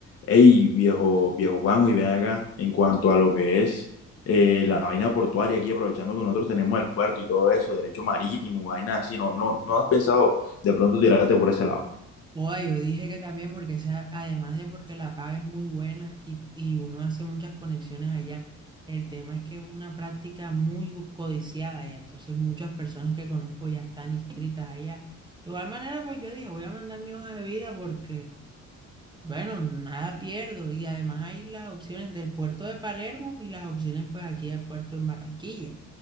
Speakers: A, on the left (about 50°); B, on the right (about 15°).
A: Ey, viejo, viejo Juanjo, y ven acá, en cuanto a lo que es eh, la vaina portuaria aquí, aprovechando que nosotros tenemos el puerto y todo eso, derecho marítimo, vainas así, no, no, no has pensado de pronto tirarte por ese lado.
B: Oa, yo dije que también porque esa, además de porque la paga es muy buena y, y uno hace muchas conexiones allá, el tema es que es una práctica muy codiciada allá, entonces muchas personas que conozco ya están inscritas allá. De igual manera, pues yo dije, voy a mandar mi hoja de vida porque, bueno, nada pierdo y además hay las opciones del puerto de Palermo y las opciones pues aquí del puerto en Barranquilla.